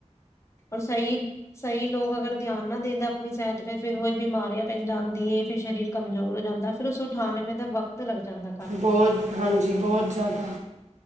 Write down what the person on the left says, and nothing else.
ਔਰ ਸਈ ਸਈ ਲੋਕ ਅਗਰ ਧਿਆਨ ਨਾਂ ਦੇਂਦਾ ਆਪਣੀ ਸਿਹਤ ਤੇ ਫੇਰ ਓਈ ਬਿਮਾਰੀਆਂ ਪੈ ਜਾਂਦੀ ਏ ਫਿਰ ਸਰੀਰ ਕਮਜ਼ੋਰ ਹੋ ਜਾਂਦਾ, ਫਿਰ ਓਸ ਉਠਾਨੇ ਮੇਂ ਦਾ ਵਕਤ ਲੱਗ ਜਾਂਦਾ। ਕਾਫੀ